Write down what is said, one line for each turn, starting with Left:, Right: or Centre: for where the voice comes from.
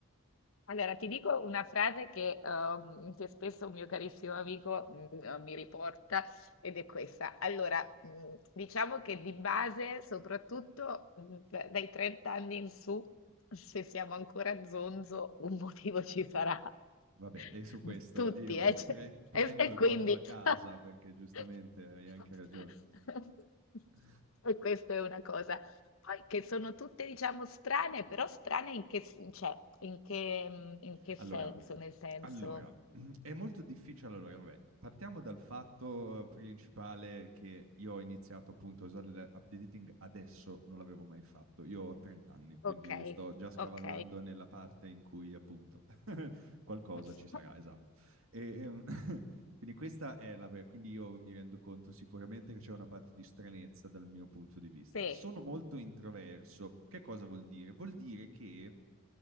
Left: Allora, ti dico una frase che, ehm, che spesso un mio carissimo amico, mhmm, ehm, mi riporta ed è questa. Allora, mhmm, diciamo che di base, soprattutto, mhmm, d dai 30 anni in su, se siamo ancora zonzo, un motivo ci sarà. <laughs>
Right: Vabbè, e su questo
Left: Ma tutti,
Right: io
Left: eh, cioè
Right: pre- prendo
Left: e e
Right: e
Left: quindi
Right: porto a casa
Left: <laughs>
Right: perché giustamente hai anche ragione. <laughs>
Left: e questa è una cosa. Poi che sono tutte, diciamo, strane, però strane in che, s- cioè, in che, mm, in che
Right: Allora,
Left: senso? Nel senso,
Right: allora, <clears throat> è molto difficile. Allora, vabbè, partiamo dal fatto principale che io ho iniziato appunto a usare l'app di dating adesso, non l'avevo mai fatto. Io ho 30 anni, quindi
Left: ok,
Right: sto già scavallando
Left: ok,
Right: nella parte in cui appunto <laughs> qualcosa
Left: <laughs>
Right: ci sarà, esatto. E, ehm, <laughs> quindi questa è la... ver- Quindi io mi rendo conto sicuramente che c'è una parte di stranezza dal mio punto di vista.
Left: sì,
Right: Sono molto introverso. Che cosa vuol dire? Vuol dire che